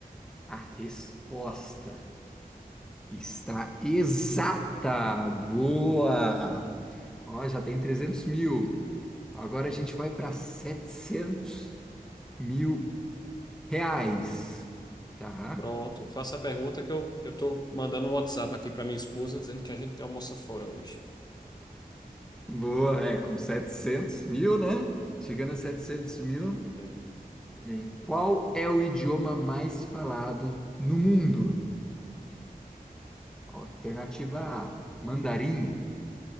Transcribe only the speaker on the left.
Pronto, faça a pergunta que eu, eu tô mandando um WhatsApp aqui para minha esposa dizendo que a gente tem almoça fora hoje.
É,